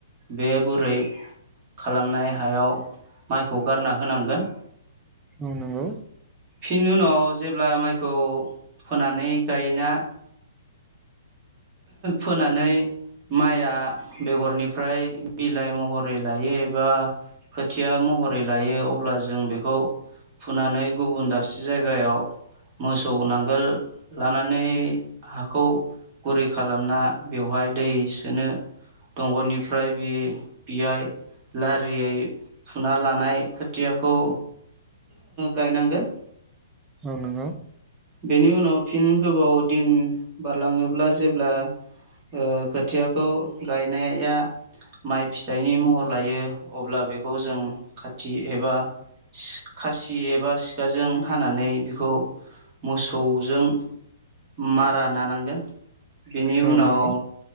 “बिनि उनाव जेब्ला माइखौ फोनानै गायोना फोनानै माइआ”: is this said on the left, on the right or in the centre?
Right